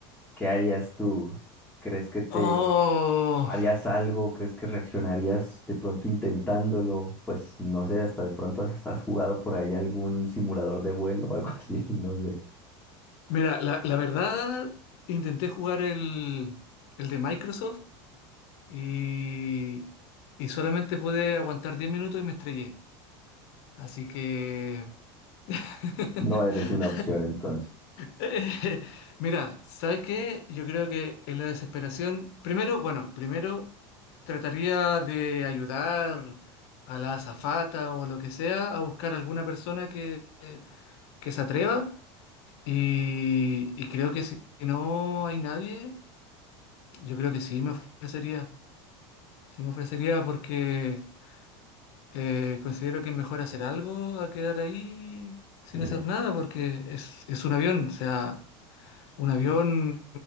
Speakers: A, in the centre; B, on the left.
A: ¿Qué harías tú? ¿Crees que te
B: Oh.
A: harías algo? ¿Crees que reaccionarías de pronto intentándolo? Pues no sé, hasta de pronto has, has jugado por ahí algún simulador de vuelo o algo así, <laughs> no sé.
B: Mira, la, la verdad, intenté jugar el, el de Microsoft y, y solamente pude aguantar 10 minutos y me estrellé. Así que <laughs>
A: No eres una opción entonces.
B: Eh, <laughs> Mira, ¿sabes qué? Yo creo que en la desesperación, primero, bueno, primero trataría de ayudar a la azafata o a lo que sea a buscar alguna persona que, que se atreva y, y creo que si no hay nadie, yo creo que sí me ofrecería, sí me ofrecería porque eh, considero que es mejor hacer algo a quedar ahí sin
A: Y
B: hacer
A: le,
B: nada porque es, es un avión, o sea... Un avión,